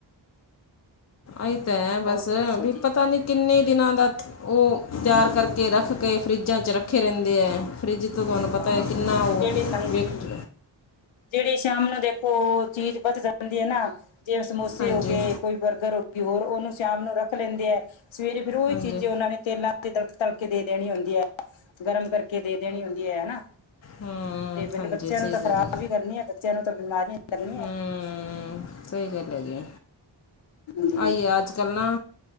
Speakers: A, on the left (about 40°); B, on the left (about 75°).
A: ਅ ਤਾਂ ਹੈ ਬਸ
B: ਹੋਰ ਦੱਸੋ
A: ਵੀ
B: ਜੀ
A: ਪਤਾ ਨੀ ਕਿੰਨੇ ਦਿਨਾਂ ਦਾ ਉਹ ਤਿਆਰ ਕਰਕੇ ਰੱਖ ਕੇ ਫਰਿੱਜਾਂ 'ਚ ਰੱਖੇ ਰਹਿੰਦੇ ਹੈ ਫਰਿੱਜ ਤੋਂ ਤੁਹਾਨੂੰ
B: ਹਾਂ
A: ਪਤਾ ਹੈ ਕਿੰਨਾ ਉਹ
B: ਜਿਹੜੇ ਹਾਂਜੀ
A: ਵੇਕਟ
B: ਜਿਹੜੀ ਸ਼ਾਮ ਨੂੰ ਦੇਖੋ ਚੀਜ਼ ਬਚ ਜਾਂਦੀ ਹੈ ਨਾ ਜਿਵੇਂ ਸਮੋਸੇ
A: ਹਾਂਜੀ
B: ਹੋ ਗਏ ਕੋਈ ਬਰਗਰ ਹੋ ਫਿਰ ਉਹਨੂੰ ਸ਼ਾਮ ਨੂੰ ਰੱਖ ਲੈਂਦੇ ਹੈ ਸਵੇਰੇ ਫੇਿਰ ਉਹੀ
A: ਹਾਂਜੀ
B: ਚੀਜ਼ਾਂ ਉਹਨਾਂ ਨੇ ਤੇਲਾਂ ਤਲਕ ਤਲਕੇ ਦੇ ਦੇਣੀ ਹੁੰਦੀ ਹੈ ਗਰਮ ਕਰਕੇ ਦੇ ਦੇਣੀ ਹੁੰਦੀ ਹੈ ਹਨਾ ਤੇ
A: ਹੂੰ
B: ਫਿਰ
A: ਹਾਂਜੀ
B: ਬੱਚਿਆਂ
A: ਸਹੀ
B: ਨੂੰ ਤਾਂ ਖ਼ਰਾਬ
A: ਗੱਲ ਹੈ
B: ਵੀ ਕਰਨੀ ਹੈ ਬੱਚਿਆਂ ਨੂੰ ਤਾਂ ਬਿਮਾਰੀਆਂ ਵੀ ਲੱਗਣੀਆਂ
A: ਹੂੰ ਸਹੀ ਗੱਲ ਜੀ
B: ਜੀ
A: ਆਈਏ ਅੱਜ ਕੱਲ ਨਾ